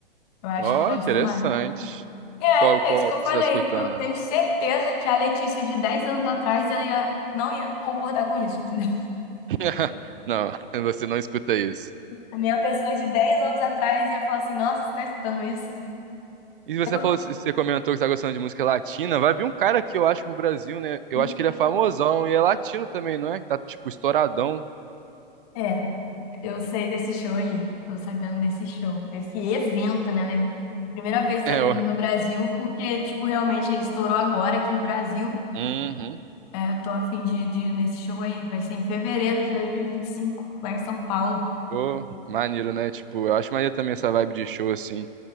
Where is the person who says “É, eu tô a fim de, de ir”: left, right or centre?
Left